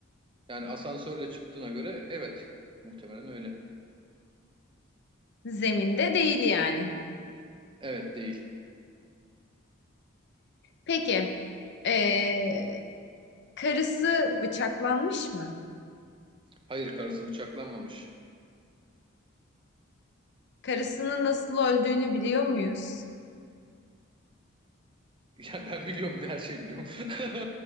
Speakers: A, on the right (about 25°); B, on the left (about 55°).
A: Yani asansörle çıktığına göre evet muhtemelen öyle.
B: Zeminde değil yani.
A: Evet değil.
B: Peki, ee, karısı bıçaklanmış mı?
A: Hayır karısı bıçaklanmamış. <laughs>
B: Karısının nasıl öldüğünü biliyor muyuz?
A: Ya ben biliyorum her şeyi biliyorum. <laughs>